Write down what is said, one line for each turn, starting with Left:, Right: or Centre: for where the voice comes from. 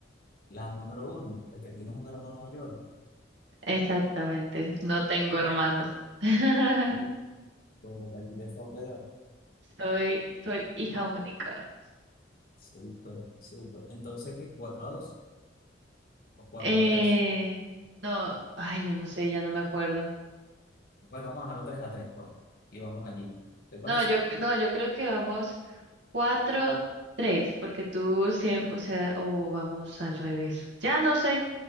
Left: la número uno, de que tienes un hermano mayor,
Right: exactamente. No tengo hermanos. <laughs>
Left: y tú la quieres fue a pegar.
Right: Soy, soy hija única.
Left: Súper, súper. Entonces, ¿qué? cuatro a dos o cuatro
Right: Eh,
Left: a tres,
Right: no, ay, yo no sé, ya no me acuerdo.
Left: Bueno, vamos a dejarlo 3 a 3, pues. Y vamos allí. ¿Te parece?
Right: No, yo, no, yo creo que vamos cuatro, tres, porque tú siempre, o sea, o vamos al revés. Ya no sé.